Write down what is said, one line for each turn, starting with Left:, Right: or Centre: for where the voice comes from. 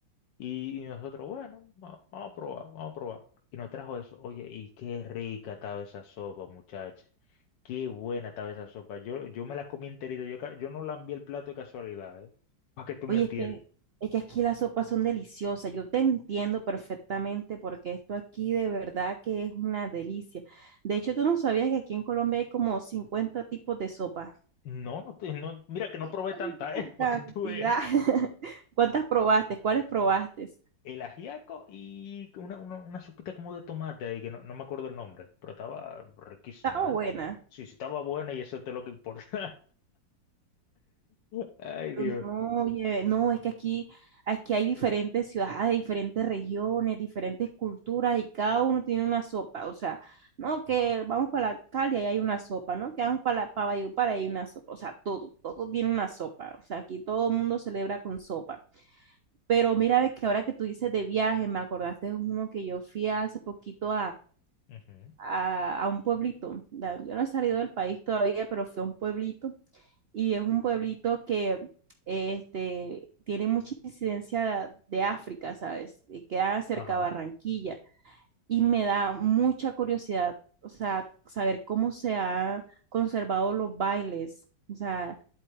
Left: y, y nosotros, bueno, va- vamos a probar, vamos a probar. Y nos trajo eso. Oye, y qué rica estaba esa sopa, muchachos. Qué buena estaba esa sopa. Yo, yo me la comí enterita. Yo, ca- yo no lambí el plato de casualidad, ¿eh? Para que tú
Right: Oye,
Left: me entiendas.
Right: es que, es que aquí las sopas son deliciosas. Yo te entiendo perfectamente porque esto aquí de verdad que es una delicia. De hecho, tú no sabías que aquí en Colombia hay como 50 tipos de sopa.
Left: No, no, te- no, mira que no
Right: Y hay
Left: probé tanta,
Right: una
Left: ¿eh? <laughs>
Right: cantidad.
Left: Para que tú veas.
Right: <laughs> ¿Cuántas probaste? ¿Cuáles probaste?
Left: El ajiaco y una, una, una sopita como de tomate ahí, que no, no me acuerdo el nombre, pero estaba riquísima,
Right: Estaba buena.
Left: ¿eh? Sí, sí, estaba buena y eso es lo que importa. <laughs> Ay, Dios.
Right: Yo, No, oye, no, es que aquí, aquí hay diferentes ciudades, diferentes regiones, diferentes culturas y cada uno tiene una sopa. O sea, no, que
Left: Ujú,
Right: vamos para la Cali y hay una sopa, ¿no? Que vamos para la, para Valledupar y hay una sopa. O sea, todo, todo tiene una sopa. O sea, aquí todo el mundo celebra con sopa. Pero mira, ve que ahora que tú dices de viaje, me acordaste de uno que yo fui hace poquito
Left: ujú.
Right: a, a un pueblito. La- Yo no he salido del país todavía, pero fui a un pueblito y es un pueblito que este, tiene mucha incidencia de, de África, ¿sabes? Y queda cerca
Left: Ajá.
Right: de Barranquilla y me da mucha curiosidad, o sea, saber cómo se han conservado los bailes. O sea,